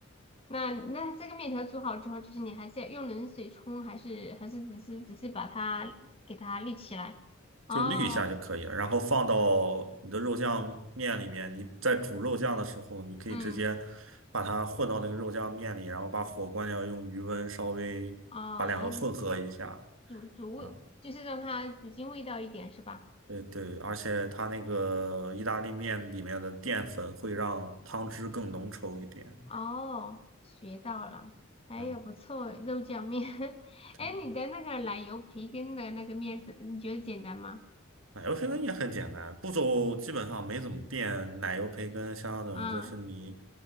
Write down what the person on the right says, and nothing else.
就滤一下就可以了，然后放到你的肉酱面里面。你在煮肉酱的时候，你可以直接
把它混到那个肉酱面里，然后把火关掉，用余温稍微把两个混合一下
啊。
对对，而且它那个意大利面里面的淀粉会让汤汁更浓稠一点。
啊，
对，
奶油培根也很简单，步骤基本上没怎么变。奶油培根相当于就是你